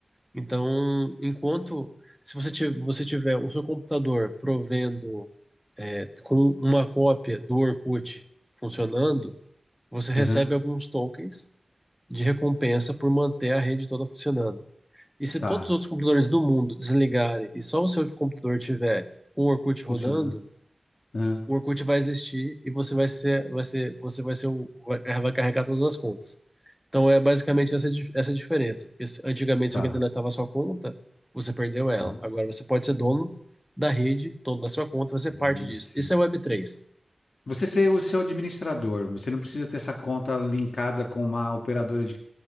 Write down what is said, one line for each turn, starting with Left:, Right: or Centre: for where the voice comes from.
Centre: Então, enquanto se você tiver, você tiver o seu computador provendo é, com uma cópia do Orkut funcionando, você recebe
Left: aham,
Centre: alguns tokens de recompensa por manter a rede toda funcionando. E se
Left: tá,
Centre: todos os outros computadores do mundo desligarem e só o seu computador tiver com o Orkut rodando,
Left: funcionando. Aham,
Centre: o Orkut vai existir e você vai ser, vai ser, você vai ser o, vai, vai carregar todas as contas. Então é basicamente essa, dif- essa diferença. Porque se- antigamente,
Left: tá,
Centre: se alguém deletava a sua conta, você perdeu ela.
Left: tá.
Centre: Agora você pode ser dono da rede, dono da sua conta, fazer
Left: Ah,
Centre: parte disso.
Left: sim.
Centre: Isso é web três.
Left: Você ser o seu administrador, você não precisa ter essa conta linkada com uma operadora de,